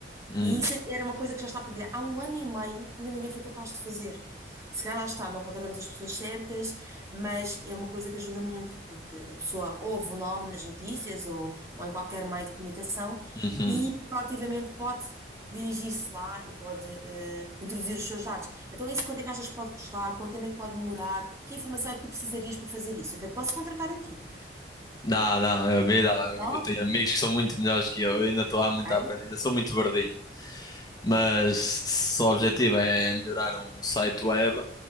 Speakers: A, on the left (about 20°); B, on the right (about 15°).
A: Uhum.
B: E isso era uma coisa que já está a pedir há um ano e meio, ainda ninguém foi capaz de fazer. Se calhar lá está, não encontramos as pessoas certas, mas é uma coisa que ajuda muito, porque a pessoa ouve o nome nas notícias ou, ou em qualquer meio de comunicação
A: Uhum.
B: e proativamente pode dirigir-se lá e pode eh, introduzir os seus dados. Então, isso quanto é que achas que pode custar? Quanto tempo é que pode demorar? Que informação é que tu precisarias para fazer isso? Até posso contratar a ti.
A: Não, não, eu, me dá. Eu
B: Não?
A: eu tenho amigos que são muito melhores que eu. Eu ainda estou há
B: Ok?
A: muito a aprender. Ainda sou muito verdinho. Mas se o objetivo é melhorar um site web,